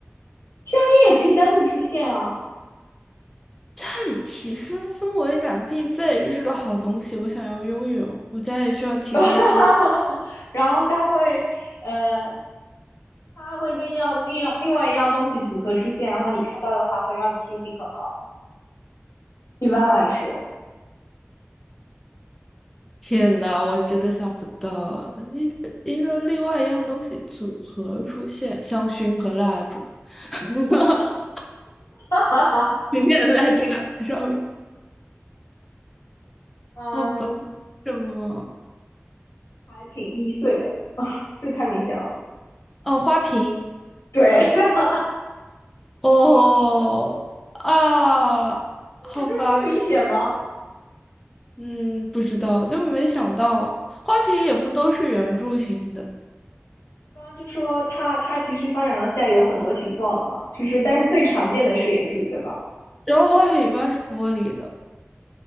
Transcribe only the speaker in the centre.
家里提升氛围感必备，这是个好东西，我想要拥有。我家也需要提升氛。
天呐，我真的想不到，一一个另外一样东西组合出现，香薰和蜡烛，<laughs>
永远在这两个上面。
好吧，什么？
哦，花瓶。
哦啊，好吧，
嗯，不知道，就没想到啊。花瓶也不都是圆柱形的，
然后花瓶一般是玻璃的。